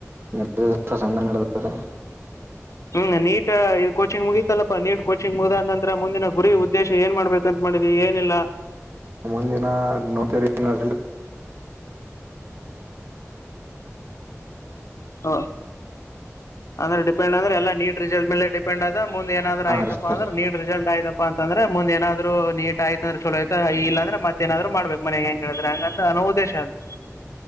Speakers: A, on the right; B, on the left.
A: ಇ ದಸ ಸಣ್ಣಂಗಡೆರ.
B: ಹ್ಮ್ ನೀಟ್ ಕೋಚಿಂಗ್ ಮುಗಿತಲ್ಲಪ್ಪಾ ನೀಟ್ ಕೋಚಿಂಗ್ ಮುಗ್ದಾದ ನಂತರ ಮುಂದಿನ ಗುರಿ ಉದ್ದೇಶ ಏನ್ ಮಾಡ್ಬೇಕಂತ ಮಾಡಿದ್ವಿ ಏನಿಲ್ಲ.
A: ಮುಂದಿನ ನೋಡ್ತವಂದಿಸ.
B: ಹ ಅಂದ್ರೆ ಡಿಪೆಂಡ್ ಅಂದ್ರೆ ಎಲ್ಲಾ ನೀಟ್ ರಿಸಲ್ಟ್ ಮೇಲೆ ಡಿಪೆಂಡ್ ಆದದ ಮುಂದ ಏನಾದ್ರರು
A: ಹಾಂ
B: ಆಯ್ತಪ್ಪ
A: ಸರ್
B: ಅಂದ್ರೆ ನೀಟ್ ರಿಸಲ್ಟ್ ಆಯ್ತಪ್ಪಾ ಅಂತಂದ್ರೆ ಮುಂದ್ ಏನಾದ್ರರು. ರು ನೀಟ್ ಆಯ್ತ ಅಂದ್ರೆ ಚಲೋ ಆಯ್ತ ಇಲ್ಲಾಂದ್ರೆ ಮತ್ತೇಏನಾದ್ರು ಮಾಡ್ಬೇಕು ಮನೆಗೆ ಹೆಂಗ ಹೇಳಿದ್ರೆ ಹಂಗಂತ ನನ್ನೋ ಉದ್ದೇಶ ಅದು.